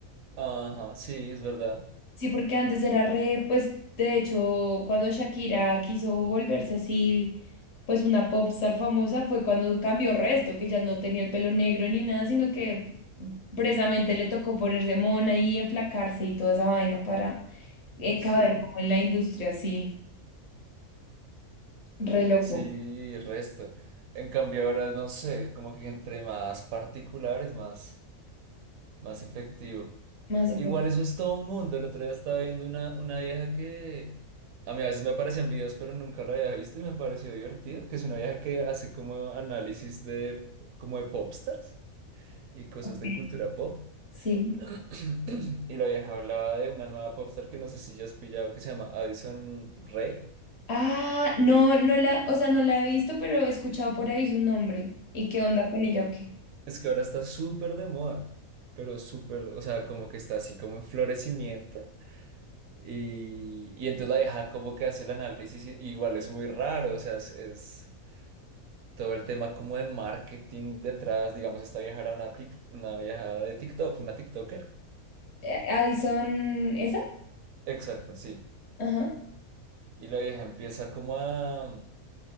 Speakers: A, on the right; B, on the left.
A: Ajá, sí, es verdad.
B: Sí, porque antes era re, pues de hecho, cuando Shakira quiso volverse así, pues una popstar famosa, fue cuando cambió resto, que ya no tenía el pelo negro ni nada, sino que precisamente le tocó ponerse mona y enflacarse y toda esa vaina para eh,
A: Sí,
B: caber como en la industria, así, re loco.
A: sí, resto. En cambio ahora, no sé, como que entre más particulares, más, más efectivo.
B: Más efecto.
A: Igual eso es todo un mundo. El otro día estaba viendo una, una vieja que a mí a veces me aparecían videos, pero nunca lo había visto y me pareció divertido, que es una vieja que hace como análisis de como de popstars y cosas
B: Ok,
A: de cultura pop.
B: sí.
A: <clears throat> Y la vieja hablaba de una nueva popstar que no sé si ya has pillado que se llama Addison Rae.
B: Ah, no, no la, o sea, no la he visto, pero he escuchado por ahí su nombre. ¿Y qué onda con ella o qué?
A: Es que ahora está súper de moda, pero súper, o sea, como que está así como en florecimiento. Y, y entonces la vieja como que hace el análisis, y- igual es muy raro, o sea, es, es- todo el tema como de marketing detrás, digamos, esta vieja era una, tic- una vieja de TikTok, una TikToker.
B: Eh, Addison, ¿esa?
A: Exacto, sí.
B: Ajá.
A: Y la vieja empieza como a,